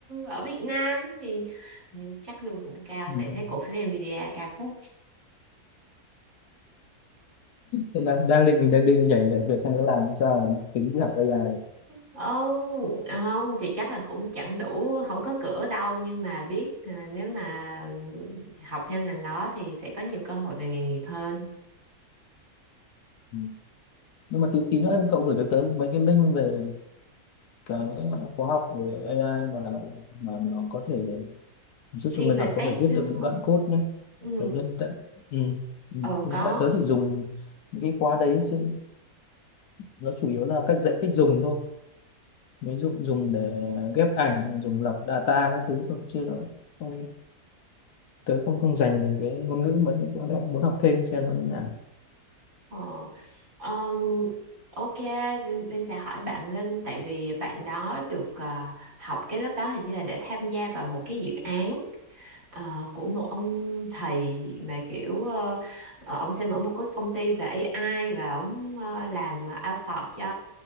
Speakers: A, on the right; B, on the left.
A: ở Việt Nam thì nhưng chắc lương cũng cao
B: Ừ.
A: tại thấy cổ phiếu Nvidia cao phết
B: Hiện đang, đang định đang định nhảy về việc sang đấy làm sao mà tính đi học AI này.
A: Ờ, không thì chắc là cũng chẳng đủ không có cửa đâu nhưng mà biết à, nếu mà học theo ngành đó thì sẽ có nhiều cơ hội về nghề nghiệp hơn
B: Ừ. nhưng mà tí tí nữa em cậu gửi cho tớ mấy cái link về cái khóa học về AI mà mà nó có thể giúp
A: thiên
B: cho người
A: về
B: học có
A: tech
B: thể viết
A: đúng
B: được những
A: không
B: đoạn code nhé
A: ừ
B: tớ hiện tại ừ. Ừ.
A: ờ
B: hiện
A: có
B: tại tớ chỉ dùng những cái khóa đấy chứ nó chủ yếu là cách dạy cách dùng thôi ví dụ dùng để ghép ảnh dùng lọc data các thứ thôi chứ nó không- tớ không không dành về cái ngôn ngữ mấy cũng đang muốn học thêm cho nên là
A: ờ. Ờm, ok Linh, Linh sẽ hỏi bạn Linh tại vì bạn đó được ờ, học cái lớp đó hình như là để tham gia vào một cái dự án ờ, của một ông thầy mà kiểu ờ, ờ, ông sẽ mở một cái công ty về AI và ông ờ, làm outsource cho